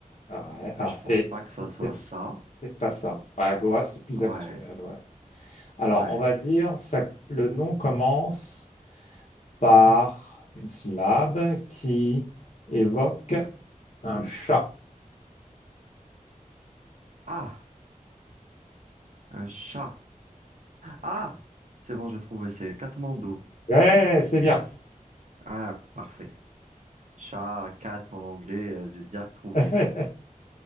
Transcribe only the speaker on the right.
mais
je
pense pas
que ça soit
ça.
Ouais,
ouais.
Ah, un chat. Ah, c'est bon, j'ai trouvé, c'est Katmandou.
Ah, parfait. Chat, cat en anglais, euh, j'ai direct trouvé.